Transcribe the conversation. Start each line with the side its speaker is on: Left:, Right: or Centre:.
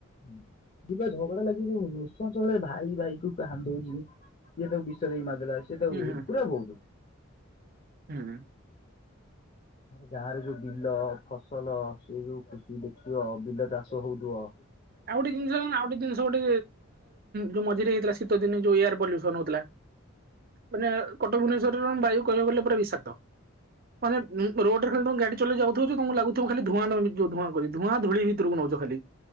Left: ହୁଁ ଯିବା ଝଗଡ଼ା ଲାଗିବ ନୃସନ୍ସ ଭାଇ ଭାଇ କୁ କାନ୍ଦୁ ଉଛିଯିଏ ତାକୁ ବିଷ ଦେଇକି ମାରିଦେଲା ସେଏ ତ
Right: ହୁଁ ହୁଁ
Left: ପୁର ବୋହୁତ
Right: ହୁଁ।
Left: ଗାଁରେ ଯୋଉ ବିଲ ଫସଲ ସେ ଯୋଉ ଖୁସି ଦେଖିବ ବିଲ ଚାଷ ହୋଉଥିବ।
Right: ଆଉ ଗୋଟେ ଜିନିଷ ଆଉ ଗୋଟ ଜିନିଷ ଗୋଟେ ଯୋଉ ମଝିରେ ହେଇଥିଲା ଶୀତ ଦିନେ ଯୋଉ ଏୟାର ପଲ୍ୟୁସନ ହୋଉଥିଲା। ମାନେ କଟକ ଭୁବନେଶ୍ଵରରେ ବାୟୁ କହିବାକୁ ଗଲେ ପୁରା ବିଷାକ୍ତ। ମାନେ ରୋଡରେ ଖାଲି ଗାଡି ଚଲେଇ ଯାଉଥିବ ତମକୁ ଲାଗୁଥିବ ଖାଲି ଧୂଆଁ ଧୂଆଁ ଧୂଆଁ ଧୂଳି ଭିତରକୁ ନୋଉ ଆଉ ଖାଲି